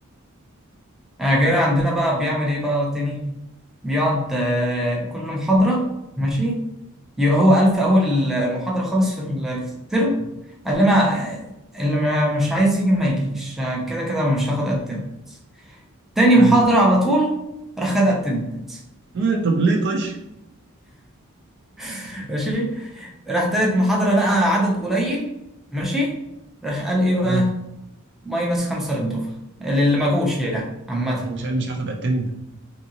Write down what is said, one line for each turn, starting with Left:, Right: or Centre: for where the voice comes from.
Centre: آه غير عندنا بقى بيعمل ايه بقى تاني بيقعد آه، كل محاضره ماشي يبقى هو قال في أول المحاضرة خالص في ال- في الترم قال لنا اللي ما- مش عايز يجي ما يجيش كده كده مش هاخد اتندنس تاني
Right: حلو
Centre: محاضرة على طول راح خد اتندنس
Right: إيه، طب ليه طيب
Centre: <laughs> ماشي راح تالت محاضرة لقى عدد قليل ماشي راح قال ايه بقى
Right: حلو
Centre: ماينس خمسة للدفعة اللي ما جوش يعني عامة
Right: هو مش قال مش هاخد اتند